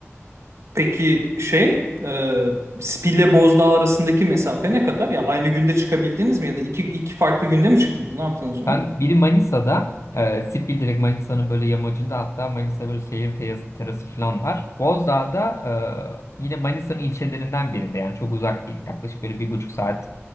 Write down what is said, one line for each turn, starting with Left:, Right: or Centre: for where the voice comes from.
Right: Peki şey, e, Spil'le Bozdağ arasındaki mesafe ne kadar? Ya aynı günde çıkabildiniz mi ya da iki, iki farklı günde mi çıktınız? Ne yaptınız onu?
Left: Ben biri Manisa'da, e, Sipil direkt Manisa'nın böyle yamacında hatta Manisa böyle seyir terası, terası falan var. Bozdağ'da e, yine Manisa'nın ilçelerinden birinde yani çok uzak değil. Yaklaşık böyle bir buçuk saat